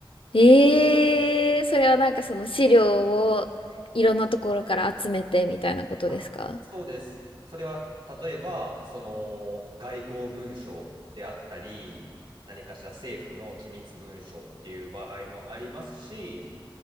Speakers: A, on the left; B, on the right.
A: ええーそれはなんかその資料をいろんなところから集めてみたいなことですか
B: あ、そうです。それは例えばその外交文書であったり、何かしら政府の機密文書っていう場合もありますし、